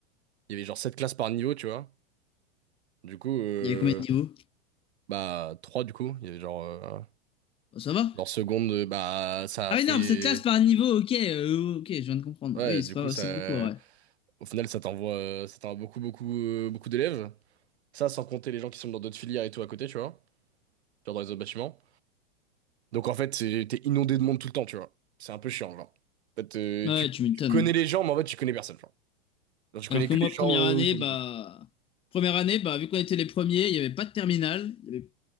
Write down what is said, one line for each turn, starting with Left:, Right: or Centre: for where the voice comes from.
Right: Il y avait genre 7 classes par niveau, tu vois. Du coup, euh,
Left: Il y avait combien de niveaux?
Right: bah, 3 du coup. Il y avait genre. euh,
Left: Bah, ça va.
Right: En seconde, euh, bah, ça
Left: Ah
Right: a fait.
Left: oui, non, mais cette classe par niveau, ok, euh, ok, je viens de comprendre.
Right: Ouais,
Left: Ah oui,
Right: du
Left: c'est pas,
Right: coup, ça.
Left: c'est beaucoup, ouais.
Right: Au final, ça t'envoie euh, ça t'envoie beaucoup, beaucoup, euh, beaucoup d'élèves. Ça, sans compter les gens qui sont dans d'autres filières et tout à côté, tu vois. Genre dans les autres bâtiments. Donc, en fait, c'est- t'es inondé de monde tout le temps, tu vois. C'est un peu chiant, genre. En fait, euh,
Left: Ouais,
Right: tu,
Left: tu m'étonnes.
Right: tu connais les gens, mais en fait, tu connais personne, genre. Genre, tu connais
Left: Alors que
Right: que
Left: moi,
Right: les gens
Left: première
Right: euh,
Left: année,
Right: autour
Left: bah,
Right: de truc.
Left: première année, bah, vu qu'on était les premiers, il n'y avait pas de terminale, il n'y avait